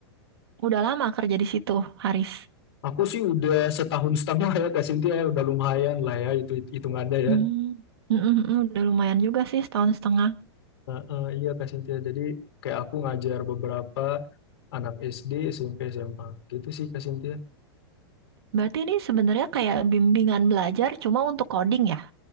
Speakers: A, on the right; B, on the left.
A: udah lama kerja di situ, Haris.
B: Aku sih udah setahun setengah ya, Kak Cynthia. ya. Udah lumayan lah ya, itu hitungannya
A: Hmm,
B: ya.
A: mm-mm, mm udah lumayan juga sih setahun setengah.
B: Heeh, iya Kak Sintia. Jadi kayak aku ngajar beberapa anak SD, SMP, SMA. Gitu sih Kak Sintia.
A: Berarti ini sebenarnya kayak bimbingan belajar cuma untuk coding ya?